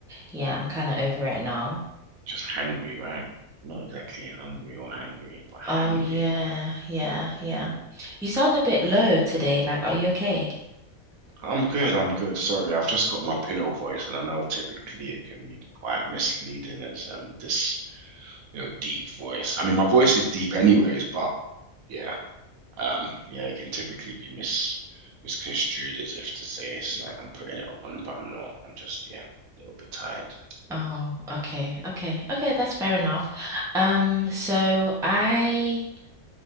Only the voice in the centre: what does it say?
yeah, I'm kind of over it now.
Oh
yeah, yeah, yeah. You sound a bit low today. Like, are you okay?
Oh, okay, okay, okay. That's fair enough. Um, so I,